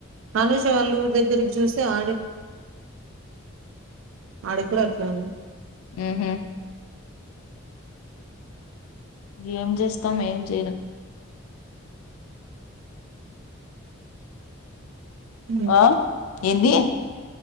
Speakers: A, on the right (about 65°); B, on the left (about 85°).
A: హనుష వాళ్ళు ఊరి దగ్గరకి చూసి ఆడు అడిద్దురు అట్లని
B: ఆహ ఏం చేస్తాం ఏం చేయడం
A: ఓ
B: ఆ ఏంది